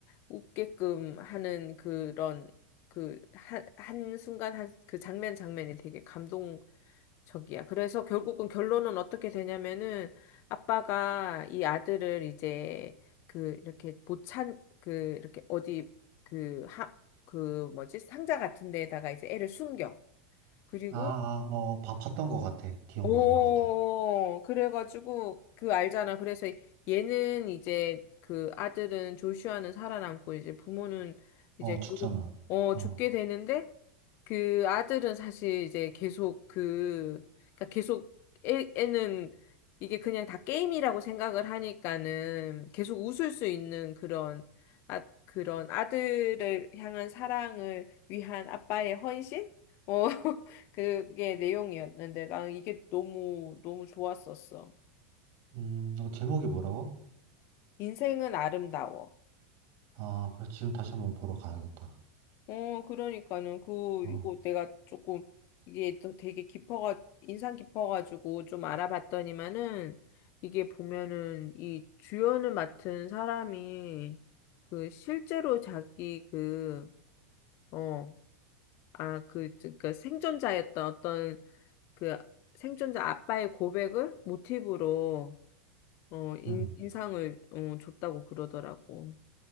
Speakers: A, on the left; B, on the right.
A: 웃게끔 하는 그런 그 한, 한 순간 한 그 장면 장면이 되게 감동적이야. 그래서 결국은 결론은 어떻게 되냐면은 아빠가 이 아들을 이제 그 이렇게 보찬 그 이렇게 어디 그 하 그 뭐지 상자 같은 데에다가 이제 애를 숨겨. 그리고
B: 아, 아, 어, 봐, 봤던 것 같아. 기억나는
A: 어,
B: 것 같아.
A: 그래가지고, 그 알잖아. 그래서 얘는 이제 그 아들은 조슈아는 살아남고 이제 부모는
B: 어,
A: 이제 결국,
B: 죽잖아.
A: 어,
B: 어,
A: 죽게 되는데 그 아들은 사실 이제 계속 그, 그러니까 계속 애, 애는 이게 그냥 다 게임이라고 생각을 하니까는 계속 웃을 수 있는 그런, 아, 그런 아들을 향한 사랑을 위한 아빠의 헌신? 어, <laughs> 그게 내용이었는데 나는 이게 너무, 너무 좋았었어.
B: 음, 너 제목이 뭐라고?
A: 인생은 아름다워.
B: 아, 그래, 지금 다시 한번 보러 가야겠다.
A: 어, 그러니까는 그
B: 어,
A: 이거 내가 조금 이게 또 되게 깊어가 인상 깊어가지고 좀 알아봤더니만은 이게 보면은 이 주연을 맡은 사람이 그 실제로 자기 그 어, 아, 그, 저- 그 생존자였던 어떤 그 생존자 아빠의 고백을 모티브로 어, 인,
B: 음,
A: 인상을 어, 줬다고 그러더라고.